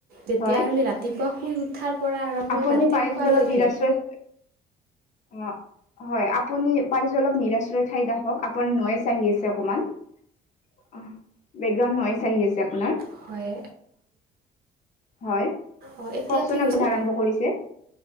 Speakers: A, on the right; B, on the left.
A: তেতিয়া
B: হয়,
A: আমি ৰাতিপুৱা শুই উঠাৰ পৰা আৰম্ভ
B: আপুনি
A: কৰি ৰাতি
B: পাৰে
A: শোৱালৈকে
B: যদি অলপ নিৰাশ্ৰয় অ হয় আপুনি পাৰি যে অলপ নিৰাশ্ৰয় ঠাইড ক আপোনাৰ নয়েছ আহি আছে অকণমান অ বেকগ্ৰাউণ্ড নয়েচ আহি আছে আপোনাৰ
A: হয়
B: হয়
A: অঁ এতিয়া
B: কওকচোন
A: ঠিক হৈছেনে
B: আপুনি আৰম্ভ কৰিছে